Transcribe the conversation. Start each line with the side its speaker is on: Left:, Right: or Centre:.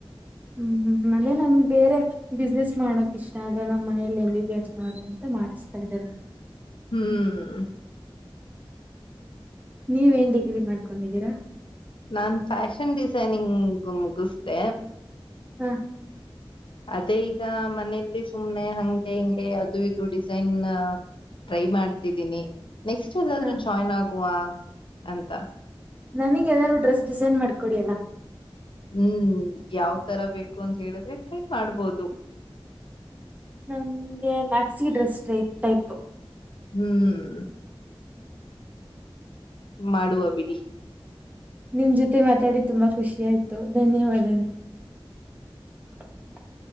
Right: ಹ್ಮ್ ಹ್ಮ್ ಅಂದೆ ನನ್ ಬೇರೆ ಬಿಸ್ನೆಸ್ ಮಾಡೋಕ್ ಇಷ್ಟ ಅಂದ್ರೆ ನಮ್ ಮನೆಯಲ್ಲಿ ಎ ಬಿ ಬಿ ಎಸ್ ಮಾಡು ಅಂತ ಮಾಡಿಸ್ತಾ ಇದಾರೆ
Left: ಹ್ಮ್
Right: ನೀವೇನ್ ಡಿಗ್ರಿ ಮಾಡ್ಕೊಂಡಿದ್ದೀರಾ
Left: ನಾನ್ ಫ್ಯಾಷನ್ ಡಿಸೈನಿಂಗ್ ಮುಗಿಸ್ದೆ
Right: ಹಾ <inaudible>
Left: ಅದೇ ಈಗ ಮನೇೆಯಲ್ಲಿ ಸುಮ್ನೆ ಹಂಗೆ ಹಿಂಗೆ ಅದು ಇದು ಡಿಸೈನ್ ಟ್ರೈ ಮಾಡ್ತಿದ್ದೀನಿ ನೆಕ್ಸ್ಟ್ ಎಲ್ಲಾದ್ರೂ
Right: ಹ
Left: ಜಾಯಿ್ನ್ ಆಗುವ ಅಂತ
Right: ನನಗ್ ಯಾವನಾದ ಡ್ರೆಸ್ ಡಿಸೈನ್ ಮಾಡ್ಕೊಡಿಲ್ಲ
Left: ಹ್ಮ್ ಯಾವ್ ತರ ಬೇಕು ಅಂತ ಹೇಳಿದ್ರೆ ಟ್ರೈ ಮಾಡ್ಬೋದು
Right: ನನ್ಗೆ ಮ್ಯಾಕ್ಸಿ ಡ್ರೆಸ್ ಟೈಪ್ ಟೈಪ್
Left: ಹ್ಮ್ ಮಾಡುವ ಬಿಡಿ
Right: ನಿಮ್ ಜೊತೆ ಮಾತಾಡಿ ತುಂಬಾ ಖುಷಿ ಆಾಯ್ತು ಧನ್ಯವಾದಗಳು <unintelligible>